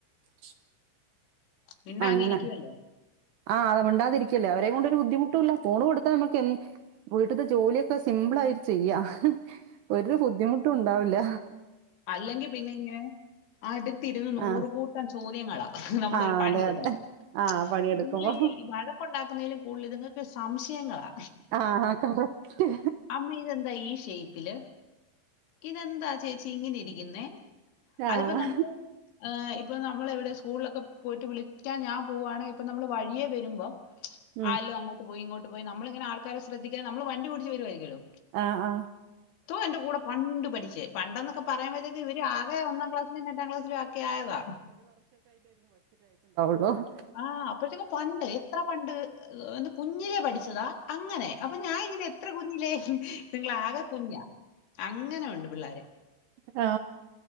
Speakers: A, on the right; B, on the left.
A: ച്ച്
B: മിണ്ടാങ്ങി
A: അങ്ങനെ
B: ഇരിക്കുമല്ലോ
A: ആ അത് മിണ്ടാതിരി ക്കില്ല അവരെ കൊണ്ടൊരു ബുദ്ധിമുട്ടുല്ല ഫോണ് കൊടുത്താ നമുക്ക് എൻ വീട്ട്ത്തെ ജോലിയൊക്കെസിമ്പിളായിട്ട് ചെയ്യാം ഒരു ബുദ്ധിമുട്ടു ണ്ടാവില്ല
B: അല്ലെങ്കി പിന്നെ ഇനെ അടുത്തിരുന്ന് നൂറുകൂട്ടം
A: ആഹ്
B: ചോദ്യ ദ്യങ്ങളാ നമ്മളൊരു
A: ആഹ്
B: പണിയെടുക്കുമ്പോ
A: അതെ അതെ ആഹ് പണിയെടുക്കുമ്പോ
B: ഇതുങ്ങളേയ് വഴക്കണ്ടാക്കുന്നതിലും കൂടുതൽ ഇതുങ്ങക്ക് സംശയങ്ങളാ
A: ആഹ് കറക്റ്റ്
B: അമ്മ ഇതെന്താ ഈ ഷേപ്പില് ഇതന്താ ചേച്ച ച്ചിങ്ങിനിരിക്കുന്നേ അതിപ്പോ
A: ആഹ്
B: നമ്മള് ഏ ഇപ്പൊ നമ്മളിവിടെ സ്കൂളിലൊക്കെ പോയിട്ട് വിളിക്കാൻ ഞാൻ പോവുകയാണ് ഇപ്പം നമ്മൾ വഴിയേ വരുമ്പോൾ
A: ഉം
B: ആലും അങ്ങോട്ട് പോയി ഇങ്ങോട്ട് ഇത്പ്പൊ നമ്മളിങ്ങനെ ആൾക്കാരെ ശ്രദ്ധിക്കാൻ നമ്മള് വണ്ടി ഓടിച്ചു വരൂവായിരിക്കല്ലോ
A: ആ ആ
B: ത്തു എന്റെ കൂടെ പണ്ടു പഠിച്ചേ പണ്ടെന്ന് ക്കെ പറയുമ്പോഴത്തേക്കും ഇവർ ആകെ ഒന്നാം ക്ലാസിലും എട്ടാം ക്ലാസ്സിലും ഒക്കെ ആതാ
A: ഓഹ്
B: ആഹ് അപ്പഴത്തേക്ക് പണ്ട് എത്ര പണ്ട് ഒന്ന് കുഞ്ഞിലേ പഠിച്ചതാ അങ്ങനെ അപ്പൊ ഞാൻ ഇങ്ങനെ എത്ര കുഞ്ഞില്ലേ നിങ്ങളാകെ കുഞ്ഞാ അങ്ങനെ ഒണ്ട് പിള്ളാര്
A: ആ